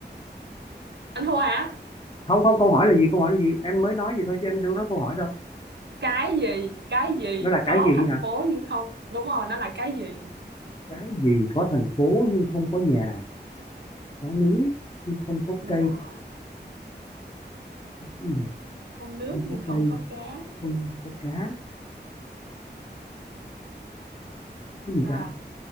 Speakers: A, on the right; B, on the left.
A: anh thua hả
B: không không câu hỏi là gì câu hỏi là gì em mới nói gì thôi chứ em đâu nói câu hỏi đâu
A: cái gì cái gì
B: nó là cái
A: có
B: gì
A: thành
B: hả
A: phố nhưng không đúng rồi nó là cái gì
B: cái gì có thành phố nhưng không có nhà có núi nhưng không có
A: đúng
B: cây
A: rồi
B: không có nhà
A: có nước
B: không
A: nhưng
B: có cây
A: không có cá
B: không có cá cái gì
A: sao
B: ta